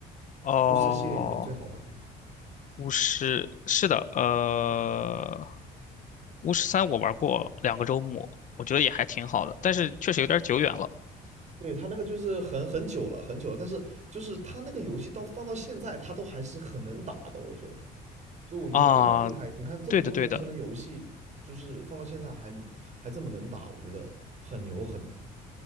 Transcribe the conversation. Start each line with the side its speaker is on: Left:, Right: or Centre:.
Left: 哦，
Right: 巫师系列里面最好玩的。
Left: 巫师是的，呃，巫师三我玩过两个周末，我觉得也还挺好的，但是确实有点久远了
Right: 对，它那个就是很很久了，很久了，但是就是它那个游戏到放到现在，它都还是很能打的，我觉得，就我觉得非常厉害。
Left: 啊。
Right: 你看这么多年前的游戏，
Left: 对的，对的，
Right: 就是放到现在还还这么能打，我觉得很牛很牛。